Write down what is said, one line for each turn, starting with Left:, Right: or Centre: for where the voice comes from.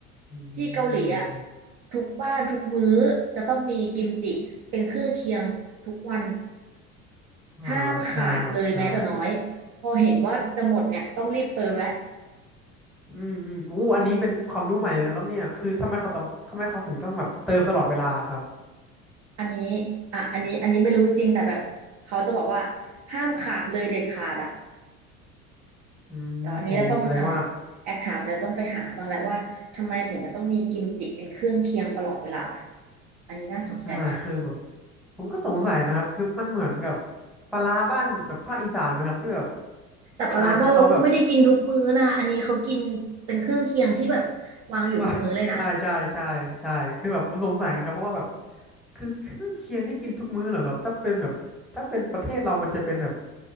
Centre: อื
Right: ที่เกาหลีอ่ะ
Centre: ม
Right: ทุกบ้านทุกมื้อจะต้องมีกิมจิเป็นเครื่องเคียงทุกวัน
Centre: อ่าใช่ครับใช่
Right: ห้ามขาดเลยแม้แต่น้อยพอเห็นว่าจะหมดเนี่ยต้องรีบเติมแล้ว
Centre: อืมอืมอู้อันนี้เป็นความรู้ใหม่เลยนะครับเนี่ยคือทำไมเขาต้องทำไมเขาถึงต้องแบบเติมตลอดเวลาครับ
Right: อันนี้อ่ะอันนี้อันนี้ไม่รู้จริงๆแต่แบบเขาจะบอกว่าห้ามขาดเลยเด็ดขาดอ่ะ
Centre: อืมโอ้แสดงว่า
Right: เดี๋ยวอันนี้จะต้องอ่ะแอคถามเดี๋ยวต้องไปหาบ้างแหละว่าทำไมถึงจะต้องมีกิมจิเป็นเครื่องเคียงตลอดเวลา อันนี้น่าสนใจมาก
Centre: ใช่คือแบบผมก็สงสัยนะครับคือมันเหมือนกับปลาร้าบ้านแบบภาคอีสานไหมครับที่แบบ
Right: แต่ปลาร้าบ้านเราก็ไม่ได้กินทุกมื้อนะอันนี้เขากินเป็นเครื่องเคียงที่แบบ
Centre: อ่าที่เขาแบบ
Right: วางอยู่ทุกมื้อเลยนะ
Centre: <laughs> ว่า <laughs> ใช่ใช่ใช่ใช่คือแบบผมสงสัยไงครับเพราะว่าแบบคือเครื่องเคียงที่กินทุกมื้อเหรอครับถ้าเป็นแบบถ้าเป็นประเทศเรามันจะเป็นแบบ